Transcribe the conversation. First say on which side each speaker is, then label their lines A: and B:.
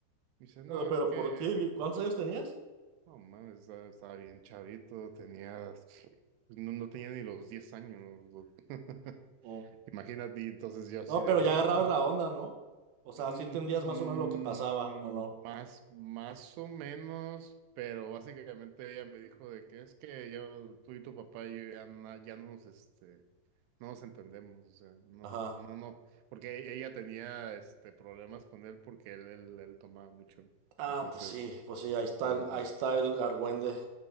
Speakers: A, on the right; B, on the right.
A: Me dice, no,
B: Eh, Pero
A: es que...
B: ¿por qué? ¿Cuántos años tenías?
A: No mames, estaba, estaba bien chavito, tenía, pues, no, no tenía ni los diez años. güey. <laughs>
B: Mm.
A: Imagínate, y entonces yo así
B: No,
A: de
B: pero
A: que,
B: ya
A: oye,
B: agarrabas
A: pues,
B: la onda, ¿no? O sea,
A: mm,
B: sí entendías más o menos lo que pasaba, ¿o no?
A: más, más o menos, pero básicamente ella me dijo de que es que yo, tú y tu papá, yo ya, na- ya no nos, este, no nos entendemos, o sea, no,
B: Ajá.
A: no, no, porque e- ella tenía, este, problemas con él porque él, él, él tomaba mucho,
B: Ah,
A: entonces.
B: pues sí, pues sí, ahí está
A: Ujú.
B: el, ahí está el argüende.